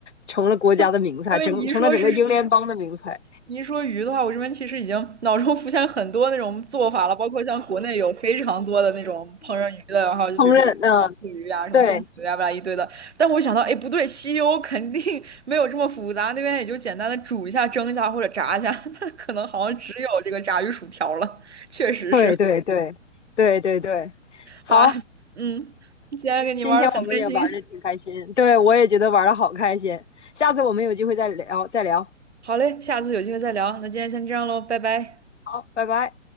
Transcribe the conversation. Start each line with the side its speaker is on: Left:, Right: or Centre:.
Left: 成了国家的名菜，
Right: <laughs> 因为你一说是
Left: 整成了整个英联邦的名菜，
Right: 你一说鱼的话，我这边其实已经脑中浮现很多那种做法了，包括像国内有非常多的那种烹饪鱼的，然后就比如说糖醋鱼啊、
Left: 烹饪，嗯，
Right: 什么松鼠鱼啊，
Left: 对
Right: 巴拉一堆的。但我想到，哎，不对，西欧肯定没有这么复杂，那边也就简单的煮一下、蒸一下或者炸一下，<laughs> 它可能好像只有这个炸鱼薯条了。确实是，
Left: 对对对对对对，好。
Right: 哇，嗯，今天跟你玩的很开心。
Left: 今天我们也玩的挺开心，对我也觉得玩的好开心。下次我们有机会再聊，再聊。
Right: 好嘞，下次有机会再聊。那今天先这样喽，拜拜。
Left: 好，拜拜。